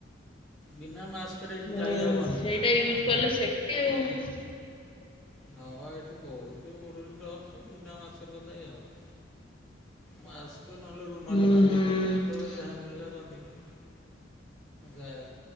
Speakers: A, in the centre; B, on the left (about 25°).
A: ବିନା ମାସ୍କରେ ଏଠି
B: ହୁଁ
A: ଯାଇହବନି
B: ସେଇଟା ୟୁଜ୍ କଲେ ସେପେଟି ଆଉ।
A: ହଁ ବା ଏଠି ବହୁତ ଉଡୁଚି ଡଷ୍ଟ ବିନା ମାସ୍କରେ ଙ୍କ ଯାଇ ହବ? ମାସ୍କୁ ନହେଲେ ରୁମାଲ୍
B: ହୁଁ
A: ବାନ୍ଧିଦିଏ
B: ହୁଁ
A: ଯେତେବେଳେ ଯାହା ମିଳିଲା ବାନ୍ଧିକି ଯାଏ